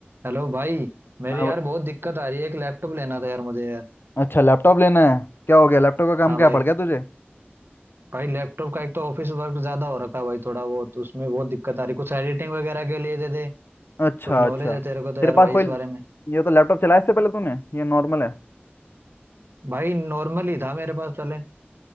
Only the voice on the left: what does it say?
हाँ
वो-
अच्छा लैपटॉप लेना है क्या हो गया लैपटॉप का काम
क्या
पड़ गया तुझे
अच्छा
अच्छा
तेरे पास
कोई
ये तो लैपटॉप चलाया इससे पहले तूने ये नॉर्मल है